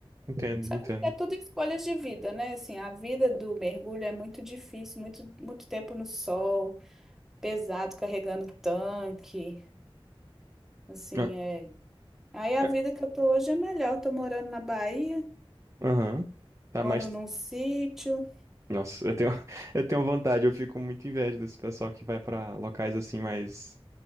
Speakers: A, on the right; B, in the centre.
A: Entendo,
B: Só
A: entendo.
B: que é tudo escolhas de vida, né? Assim, a vida do mergulho é muito difícil, muito, muito tempo no sol, pesado, carregando tanque, assim,
A: Ah,
B: é. Aí a
A: é,
B: vida que eu tô hoje é melhor, tô morando na Bahia,
A: Aham. Tá
B: moro
A: mais.
B: num sítio
A: Nossa, eu tenho, <laughs> eu tenho vontade, eu fico muito inveja desse pessoal que vai pra locais assim mais.